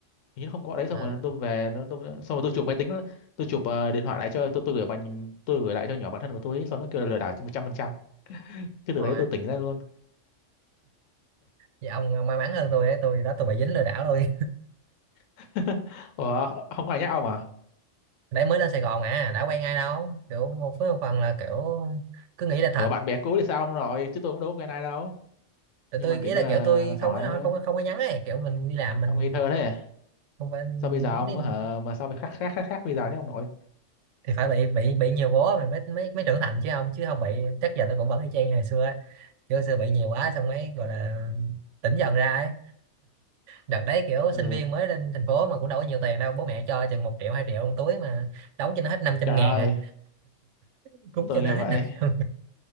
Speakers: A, on the left; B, on the right.
A: hình như nó không có đấy xong
B: à,
A: rồi tôi về nó tôi, xong rồi tôi chụp máy tính tôi chụp ờ, điện thoại lại cho tôi tôi gửi bạn tôi gửi lại cho nhỏ bạn thân của tôi ấy, xong nó kêu là lừa đảo một trăm phần trăm cái từ
B: đúng
A: đấy
B: rồi
A: tôi tỉnh ra luôn
B: vậy ông, ông may mắn hơn tôi ấy. tôi đó tôi bị dính lừa đảo luôn
A: <laughs> ủa không có ai nhắc ông à
B: <laughs> đấy mới lên Sài Gòn mà đã quen ai đâu kiểu một với một phần là kiểu cứ nghĩ là
A: ủa
B: thật
A: bạn bè cũ thì sao ông rồi chứ tôi cũng đâu có quen ai đâu
B: tụi
A: nhưng
B: tôi
A: mà
B: ý
A: kiểu như
B: là
A: là
B: kiểu tôi không
A: hỏi
B: có
A: thôi
B: không có không có nhắn ấy kiểu mình đi làm mình
A: ông ngây thơ thế
B: không phải
A: sao bây giờ ông
B: đi-
A: á hả mà sao phải khác khác khác khác bây giờ thế ông nội
B: thì phải bị bị bị nhiều bố mình mới mới mới trưởng thành chứ không chứ không bị chắc giờ tôi cũng vẫn y chang như ngày xưa ấy. kiểu xưa bị nhiều quá xong mới gọi là tỉnh dần ra ấy đợt đấy kiểu sinh
A: ừ.
B: viên mới lên thành phố mà cũng đâu có nhiều tiền đâu bố mẹ cho chừng một triệu hai triệu trong túi mà đóng cho nó hết 500
A: trời
B: ngàn
A: ơi
B: à <laughs> cúng
A: tôi
B: cho nó
A: nghĩ
B: hết
A: vậy
B: 500